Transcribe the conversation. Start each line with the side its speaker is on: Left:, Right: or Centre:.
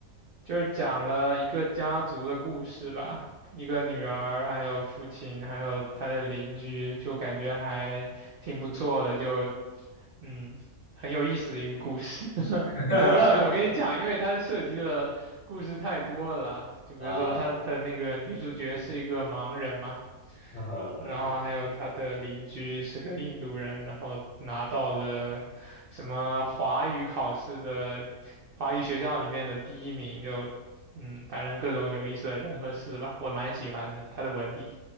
Right: 就是讲了一个家族的故事吧，一个女儿，还有父亲，还有他的邻居，就感觉还挺不错的，就嗯，很有意思的一个故事。<laughs>
Left: <laughs>
Right: 我不知道怎么跟你讲，因为它涉及的故事太多了。就比如说，
Left: 啊，
Right: 他的那个女主角是一个盲人嘛。
Left: 嗯哼，
Right: 然后还有他的邻居是个印度人，
Left: 了解。
Right: 然后拿到了什么华语考试的华语学校里面的第一名，就嗯，反正各种有意思的人和事吧，我蛮喜欢的，他的文笔，